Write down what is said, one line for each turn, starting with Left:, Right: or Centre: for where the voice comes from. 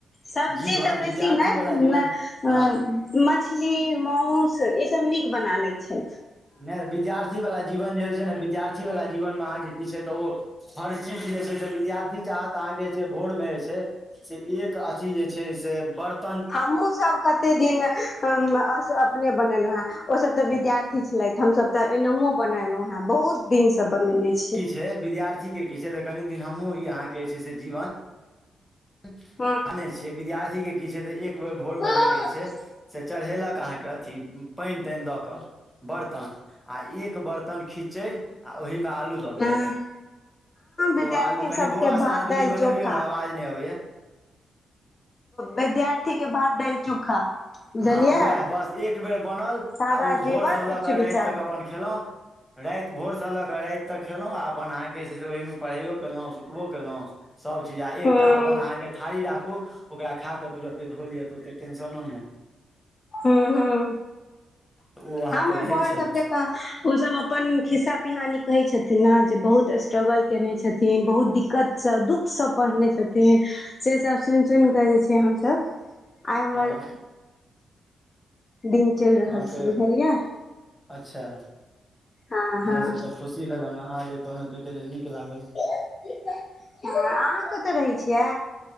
Left: सब्जी
Centre: जीवन
Left: तऽ बेसी
Centre: विद्यार्थी
Left: नैय
Centre: वाला जीवन
Left: न
Centre: हँ
Left: ओ मछली माउस ई सब नीक बना लैत छइथ।
Centre: नै विद्यार्थी वाला जीवन जे होइ छै ने, विद्यार्थी वाला जीवन मे अहाँके की छै, तऽ ओ हर चीज जे विद्यार्थी चाहत अहाँ के जे भोर मे जे से एक अथी जे छै से बर्फ
Left: हम हुँ सब कते दिन हं स अपने बनेलो हें ओ सब तऽ, विद्यार्थी छलथि हम सब तऽ एन हुं बनेलहुं हैं बहुत दिन स बनेने छियै।
Centre: है विद्यार्थी की छै तऽ कनी दिन हमहुँ ई अहाँ के जे छै से जीवन अच्छ <unintelligible>
Left: हँ
Centre: विद्यार्थी के कि छै एक बैर भोर
Left: हूँ
Centre: में अहाँ के छै, चढ़ेलक अहाँके अथी पाईन, ताईन दऽ कऽ बर्तन आ एक बर्तन खिचैड़ आ ओहिमे आलू ददेलैस
Left: हँ अहाँ विद्यार्थी
Centre: ओ आलू कनी
Left: सबके
Centre: बौआ
Left: भात
Centre: स आहां
Left: दालि
Centre: दूरी बनाबइयौ
Left: चोखा
Centre: ने आवाज नइ आवै य
Left: विद्यार्थी के भात दाइल चोखा बुझलियै
Centre: हँ उएह बस एक बेर बनल
Left: सादा
Centre: आ भोरसँ
Left: जीवन
Centre: लऽ
Left: उच्च
Centre: कऽ
Left: विचार
Centre: राइत तक अपन खेलहुँ। राइत भोरसँ लऽ क राइत तक खेलहुँ आ अपन अहाँके से छै से ओहिमे पढ़ैबो केलहुँ सुतबो कयेलहुँ, सब चीज आ एकटा
Left: हूँ
Centre: अपन आहाँ के थारी राखू ओकरा खा कऽ तुरते धो लिअ तऽ ओते टेंशनो नै।
Left: हं - हं
Centre: तऽ ओ अहाँके
Left: हमी
Centre: रहै
Left: बर
Centre: छै
Left: सबके तऽ ओ सब अपन खिस्सा पिहानी कहै छथिन न जे बहुत स्ट्रगल केने छथिन, बहुत दिक्कतसँ बहुत दुःख सभ पढ़ने छथिन से सब सुनि - सुनि कऽ जे छै हम सभ आइ हमर
Centre: हँ
Left: दिन चलि रहल
Centre: हँ कहियौ
Left: छै बुझलियै
Centre: अच्छा
Left: हँ -
Centre: नहि
Left: हँ
Centre: से तऽ खुशी भेल हमरा अहाँ जे कहलहुँ तहिके लेल नीक लागल।
Left: हँ अहाँ कतऽ रहै छिये।